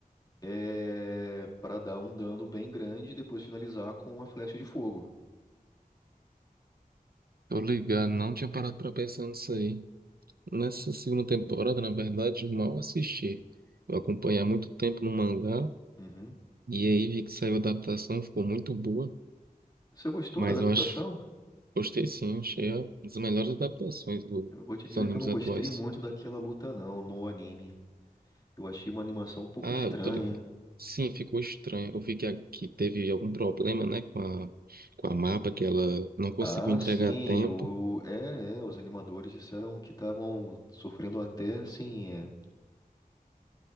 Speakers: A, on the left; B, on the right.
A: é, para dar um dano bem grande e depois finalizar com a flecha de fogo.
B: tô ligado, não tinha parado pra pensar nisso aí. Nessa segunda temporada, na verdade, eu mal assisti. Eu acompanhei há muito tempo no mangá,
A: Uhum.
B: e aí vi que saiu a adaptação, ficou muito boa.
A: Você gostou
B: Mas
A: da adaptação?
B: eu acho Gostei sim, achei uma das melhores adaptações do-
A: Eu vou te
B: dos
A: dizer
B: animes
A: que eu não gostei
B: atuais.
A: muito daquela luta não, no anime. Eu achei uma animação um pouco
B: Ah,
A: estranha.
B: eu tô ligado. Sim, ficou estranho. Eu vi que, a- que teve algum problema, né, com a, com a mapa, que ela não conseguiu
A: Ah,
B: entregar
A: sim,
B: a tempo,
A: o... é, é, os animadores disseram que estavam sofrendo até, assim, é,